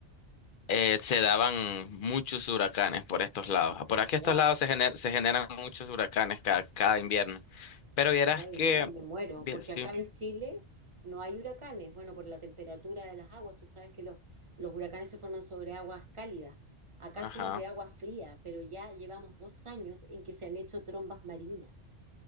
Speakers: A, on the left; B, on the right.
A: eh, se daban muchos huracanes por estos lados. Por aquí
B: Wow.
A: estos lados se, gener- se generan muchos huracanes cada, cada invierno. Pero vieras
B: Ay,
A: que,
B: no, me muero.
A: bien,
B: Porque
A: sí,
B: acá en Chile no hay huracanes. Bueno, por la temperatura de las aguas. Tú sabes que los, los huracanes se forman sobre aguas cálidas. Acá
A: ajá,
B: somos de agua fría, pero ya llevamos dos años en que se han hecho trombas marinas.